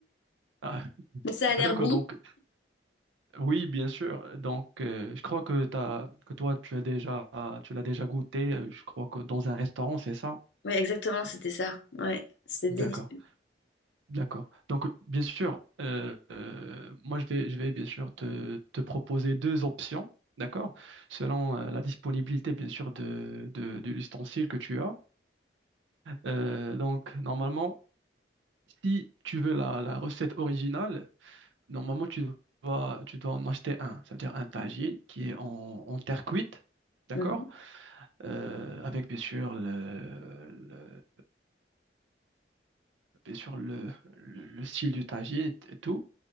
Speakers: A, on the right; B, on the left.
A: ah,
B: Mais ça a l'air
A: ah, d'accord,
B: bon.
A: donc. Oui, bien sûr. Donc, euh, je crois que t'as, que toi, tu as déjà, tu l'as déjà goûté. euh, Je crois que dans un restaurant, c'est ça.
B: Oui, exactement, c'était ça. Ouais, c'est délicieux.
A: D'accord, d'accord. Donc, bien sûr, euh, euh, moi, je vais, je vais bien sûr te, te proposer deux options, d'accord, selon euh, la disponibilité, bien sûr, de, de, de l'ustensile que tu as. Euh, donc, normalement, si tu veux la, la recette originale, normalement, tu dois, tu dois en acheter un. cest à dire un tagine qui est en, en terre cuite, d'accord?
B: Mhm.
A: euh, avec bien sûr le, le- bien sûr le, le- le style du tagine et et tout.